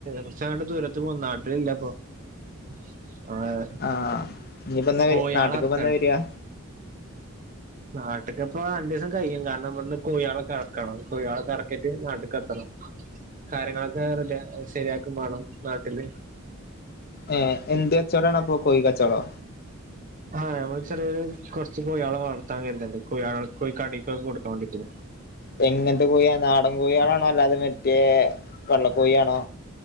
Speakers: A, on the right; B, on the left.
A: കുറച്ച് <unintelligible> ദൂരത്ത് പോകും നാട്ടില്ല അപ്പൊ <unintelligible>
B: ആഹ് ഇനീപ്പം എന്നാ വരി
A: കോഴിയാളെ
B: നാട്ട്ക്ക്
A: ഇറക്കാണ്
B: എന്നാ വരിയാ
A: നാട്ട്ക്ക് എപ്പള രണ്ടു ദിവസം കഴിയും കാരണം ഇവിടുന്ന് കൊഴിയാളെ ഇറക്കണം കൊഴിയാളെ ഇറക്കിയിട്ട് നാട്ട്ക്ക് എത്തണം കാര്യങ്ങളൊക്കെ റെഡി ശരിയാക്കും വേണം നാട്ടില്
B: ഏഹ് എന്ത് കച്ചോടാണപ്പൊ കൊയി കച്ചോടോ
A: ആഹ് നമ്മള് ചെറിയൊരു കുറച്ച് കോഴിയാളെ വളർത്താൻ കരുതുന്നുണ്ട് കൊയാളെ കടെലൊക്കെ കൊടുക്കാൻ വേണ്ടിയിട്ട്
B: എങ്ങനത്തെ കോഴാ നാടൻ കോഴികളാണോ അല്ലാതെ മറ്റേ വെള്ളക്കോഴിയാണോ